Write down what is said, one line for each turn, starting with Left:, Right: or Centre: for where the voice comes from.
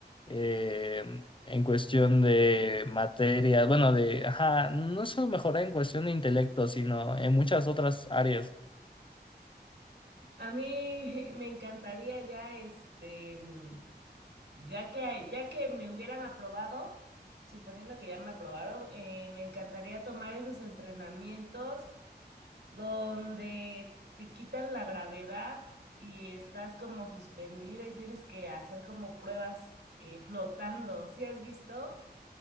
Left: eh, en cuestión de materia, bueno, de, ajá, no es solo mejorar en cuestión de intelecto, sino en muchas otras áreas.
Right: A mí <laughs> me encantaría ya este mm, Ya que, ya que me hubieran aprobado, suponiendo que ya me aprobaron, eh, me encantaría tomar esos entrenamientos donde te quitan la gravedad y estás como suspendido y tienes que hacer como pruebas eh, flotando. ¿Sí has visto?